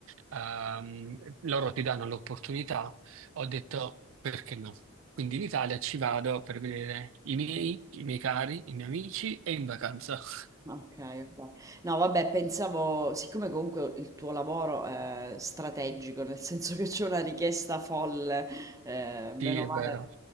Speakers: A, on the right; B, on the right.
A: ehm, loro ti danno l'opportunità ho detto perché no? Quindi in Italia ci vado per vedere i miei, i miei cari, i miei amici e in vacanza. <laughs>
B: Okay, okay. No, vabbè, pensavo, siccome comunque il tuo lavoro è strategico, nel senso che c'è una richiesta folle, eh, bene
A: Sì,
B: o
A: è
B: male,
A: vero.